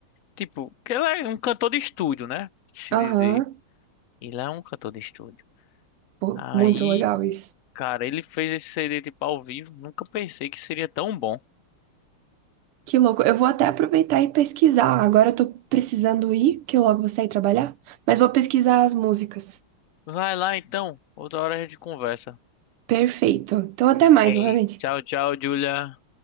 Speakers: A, on the left (about 70°); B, on the right (about 85°).
A: tipo, que ele é um cantor de estúdio, né, se
B: Aham,
A: dizer, ele é um cantor de estúdio,
B: pô,
A: aí,
B: muito legal isso.
A: cara, ele fez esse CD, tipo, ao vivo, nunca pensei que seria tão bom,
B: Que louco. Eu vou até aproveitar e pesquisar. Agora eu tô precisando ir, que logo vou sair trabalhar. Mas vou pesquisar as músicas.
A: vai lá, então, outra hora a gente conversa,
B: Perfeito. Então, até mais,
A: ei,
B: Mohamed.
A: tchau, tchau, Julia.